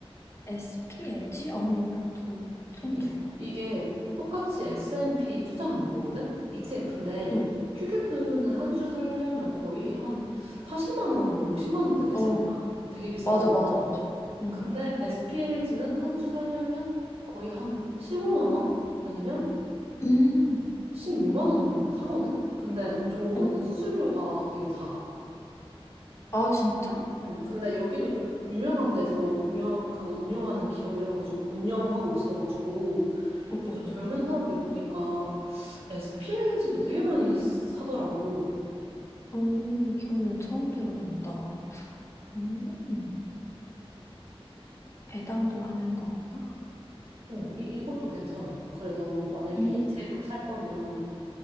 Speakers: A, on the left (about 25°); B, on the right (about 75°).
A: SPLG? 아니, 이것도 처음
B: 이,
A: 들어봐.
B: 이게 똑같이 S&P 투자하는 거거든? ETF인데
A: 응.
B: QQQ는 한 주 살려면 거의 한 40만 원, 50만 원대 되지
A: 어,
B: 않나? 되게 비싸잖아.
A: 맞아, 맞아, 맞아. 응.
B: 근데 SPLG는 한 주 살려면 거의 한 15만 원? 아니면
A: 음.
B: 16만 원 정도면 사거든? 근데 더 좋은 거는
A: 응.
B: 수수료가 되게 작아.
A: 아, 진짜?
B: 응, 근데 여기도 좀 유명한 데서 유영, 그거 운영하는 기업이라 가지고 운영하고 있어 가지고
A: 응,
B: 요즘
A: 응, 응.
B: 젊은 사람들 보니까 SPLG도 되게 많이 사더라고.
A: 어 이거는 처음 들어본다. 음, 배당도 하는 거구나.
B: 어, 이, 이것도 괜찮아. 그래서 만약에
A: 어,
B: ETF 살 거면